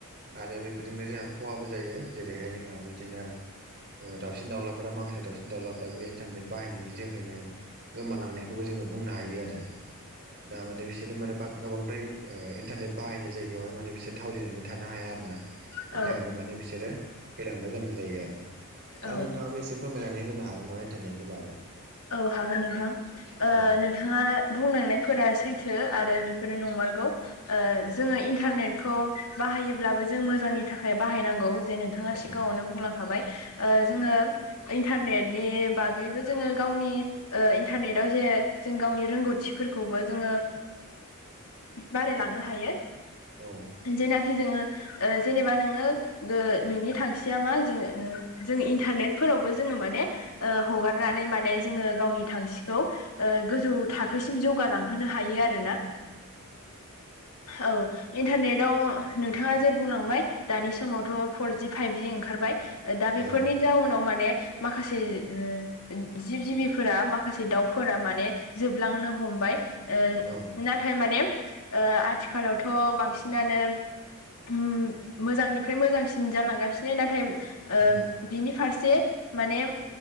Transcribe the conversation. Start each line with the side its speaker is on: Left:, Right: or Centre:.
Right: आरो बेफोरजोंनो जोंहा खहाबो जायो जेरैहाय जोंहा बिदिनो दावसिन दावउलाफोरा मासे दावसिन दावउलाफोरा बे इन्टारनेट बाहायनायनि जोहैनो गोमालांनायखौबो जोङो बुंनो हायो आरो दा माने बिसोरो माने बा गोबांद्राय इन्टारनेट बाहायनाय जायगायावहाय माने बिसोर थावलिनानै थानो हाया आरो ना
Left: औ
Right: बिनि थाखायनो माने बिसोरो थैलांनो गोनां जायो आरो
Left: औ
Right: दा नोंथाङाबो एसे फोरमायनानै होनो हागोन नामा इन्टारनेटनि बागै
Left: औ हागोन नोंथां
Right: औ
Left: नोंथाङा बुंलांनायफोरा सैथो आरो बेफोरो नंमारगौ जोङो
Right: औ
Left: इन्टारनेटखौ बाहायोब्लाबो जों मोजांनि थाखाय बाहायनांगौ जे नोंथाङा
Right: औ
Left: सिगाङावनो बुंलांखाबाय जोङो इन्टारनेटनि बागै आगैबो जोङो गावनि इन्टारनेटआव जे जों गावनि रोंगौथिफोरखौबो जोङो बारायलांनो हायो
Right: औ
Left: जेनाखि जोङो ओ जेनेबा नोङो गो नोंनि थांखिया मा जोङो-जोङो इन्टारनेटफोरावबो जोङो माने ओ हगारनानै माने जोङो गावनि थांखिखौ ओ गोजौ थाखोसिम जौगालांहोनो हायो आरोना ओ औ इन्थारनेट आव नोंथाङा जे बुंलांबाय दानि समावथ' फरजि फाइभ जि ओंखारबाय दा बेफोरनि
Right: औ
Left: जाउनाव माने माखासे <unintelligible> जिब जिबिफोरा माखासे दाउफोरा माने जोबलांनो हमबाय ओ
Right: औ
Left: नाथाय माने ओ आथिखालावथ' बांसिनानो उम मोजांनिफ्राय मोजांसिन जालांगासिनो नाथाय ओ
Right: औ
Left: बिनि फारसे माने